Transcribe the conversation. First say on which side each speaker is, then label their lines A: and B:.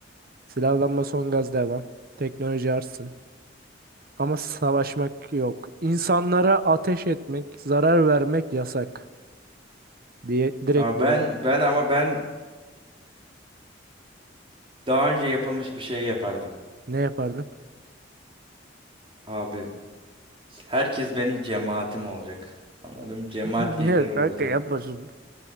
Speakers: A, on the right (about 50°); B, on the right (about 30°).
A: Silahlanma son gaz devam. Teknoloji artsın. Ama savaşmak yok. İnsanlara ateş etmek, zarar vermek yasak diye direkt
B: Aa,
A: böyle.
B: ben ben ama ben daha önce yapılmış bir şey yapardım.
A: Ne yapardın?
B: Abi Herkes benim cemaatim olacak. Anladım. Cemaat
A: <laughs> Ne
B: lideri olacağım.
A: kanka yapmasın.